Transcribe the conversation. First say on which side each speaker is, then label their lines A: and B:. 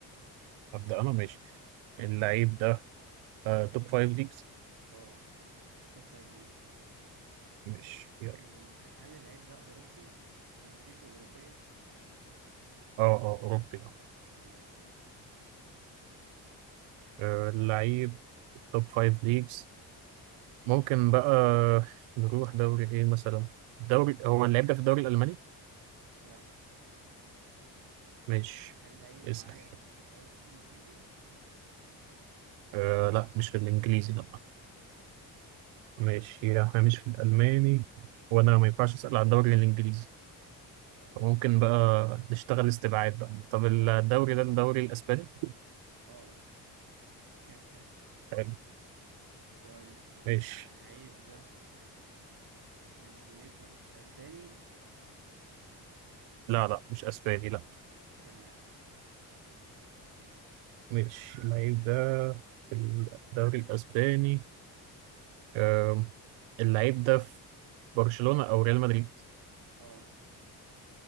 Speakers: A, on the right; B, on the right.
A: ابدا انا ماشي اللعيب ده آه توب فايف ليجز
B: اه توب فايف ليجز
A: ماشي يلا
B: ال- هل اللعيب ده أوروبي جنسيته أوروبية
A: اه اه اوروبي اه
B: تمام
A: آه، اللعيب توب فايف ليجز ممكن بقى نروح دوري ايه مثلا دوري هو اللعيب ده في الدوري الالماني
B: لا
A: ماشي
B: هل اللعيب اللي
A: اسال
B: معايا في الدوري الإنجليزي
A: آه لا مش في الانجليزي لا
B: تمام
A: ماشي يعني احنا مش في الألماني وأنا ما ينفعش أسأل على الدوري الإنجليزي
B: اه
A: فممكن بقى نشتغل استبعاد بقى طب الدوري ده الدوري الأسباني؟
B: اه <laughs>
A: حلو
B: طيب اللعيب
A: ماشي
B: ده جنسيته أسباني
A: لا لا مش أسباني لا
B: تمام
A: ماشي اللعيب ده في الدوري الأسباني أم، اللعيب ده في برشلونة أو ريال مدريد
B: اه